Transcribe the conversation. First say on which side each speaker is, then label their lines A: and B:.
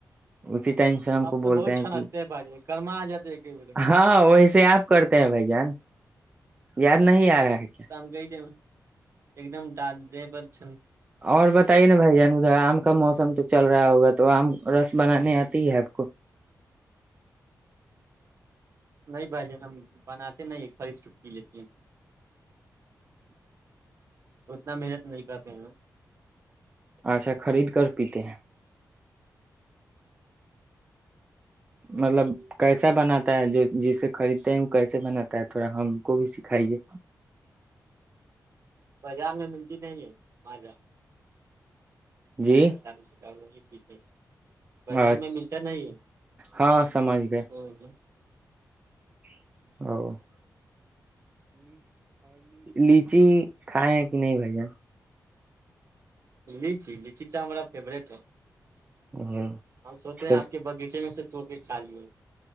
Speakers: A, on the right; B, on the right.
A: اسی سے ہم کو
B: آپ تو
A: بولتے
B: بہت
A: ہیں
B: چھنکتے
A: کہ
B: بھائی گرما آ جاتے ہیں بولے میں
A: ہاں ویسے آپ کرتے ہیں بھائی جان یاار نہیں یار ہے کیا
B: سم گئی د <inaudible> ایک دم ڈاج دے پر چ
A: اور بتائیے نا بھائی جان ادھر آم کا موسم تو چل رہا ہوگا تو آم رس بنانانی آتی ہے آپ کو
B: نہیں بجے ہم بناتے نہیں خرید چٹکی لیتے ہیں اتنا محنت نہیں کرتےے ہیں
A: اچھا خرید کر پیتے ہیں مطلب کیسا بناتا ہے جو جسے خریدتے ہیں وہ کیسے بناتا ہے تھوڑا ہم کو بھی سکھائیے
B: بازار میں می نہیں ہے م جا
A: جی
B: پتالس ل <inaudible> بازار
A: اچھا
B: میں ملتا نہیں ہے
A: ہاں سمجھ گئے
B: ہ ہ
A: <inaudible> اور لیچی کھائے ہیں کہ نہیں بھیا
B: لچی لچی تو ہمارا فیورورٹ ہے
A: او
B: ہمپ سوچے
A: سب
B: ہیں آپ کے باغیچے میں سے تو بھی چالو ہے